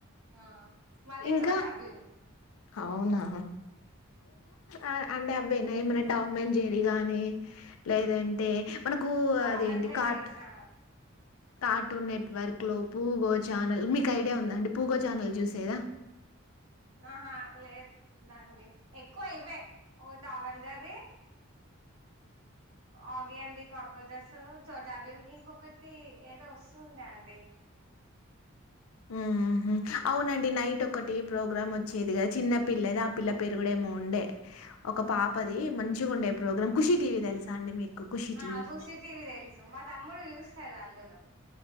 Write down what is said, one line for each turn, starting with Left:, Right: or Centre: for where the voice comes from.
Right: ఆ మళ్ళీ
Left: ఇంకా
Right: చోట అదేం
Left: అవునా ఆ అంటే అవేనా ఏమన్నా టామ్ అండ్ జెర్రీ గానీ లేదంటే మనకు
Right: తావేం
Left: అదేంటి
Right: జెర్రీ
Left: కార్ట్
Right: ఆ
Left: కార్టూన్ నెట్ వర్క్ లో పూ గో ఛానల్ మీకు ఐడియా ఉంద పూగో ఛానల్ చూసేదా
Right: ఆహా లేద్ అండి ఎక్కువ ఇవే ఒక టామెంజెర్రీ ఆగి అంది కాక్రోచెస్, చోటాభీం ఇంకొకటి ఏదో వస్తుండే అండి.
Left: హుహు. అవునండి నైట్ ఒక టీవీ ప్రోగ్రాం వచ్చేది కదా. చిన్న పిల్లది. ఆ పిల్ల పేరు కూడా ఏమో ఉండే, ఒక పాపది మంచిగా ఉండే, ప్రోగ్రాం ఖుషి టీవీ తెలుసా అండి మీకు. 'ఖుషి టీవీ'?
Right: ఆ ఖషి టీవీ తెలుసు మా తమ్ముడు చూస్తాడు అందు